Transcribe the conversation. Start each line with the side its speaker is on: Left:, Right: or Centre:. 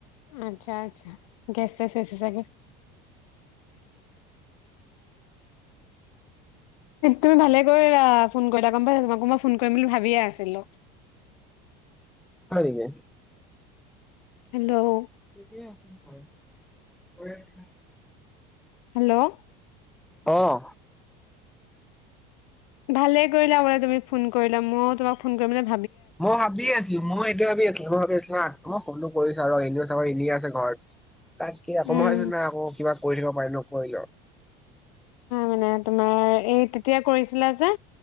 Left: আচ্ছা আচ্ছা গেছ চেছ হৈছে চাগে। তুমি ভালেকৈ ফোন কৰি গম পাইছা তোমাকো মই ফোন কৰিম বুলি ভাবিয়ে আছিলো।
Centre: হয় নেকি?
Left: হেল্ল'
Centre: ঠিকেই আছে বাৰু।
Left: হেল্লো '
Centre: অহ।
Left: ভালে কৰিলা তুমি ফোন কৰিলা ময়ো তোমাক ফোন কৰিম বুলিয়ে
Centre: মই ভাবি আছিলো মই এতিয়া ভাবি আছিলো মই ভাবি আছিলো মই ফনটো কৰিছো আৰু এনেও চাব এনেই আছে ঘৰত। তাক আকৌ
Left: উম
Centre: মই ভাবিছো না আকৌ কিবা কৰি থাকিব কৰি ল।
Left: মানে তোমাৰ এই তেতিয়া কৰিছিলে যে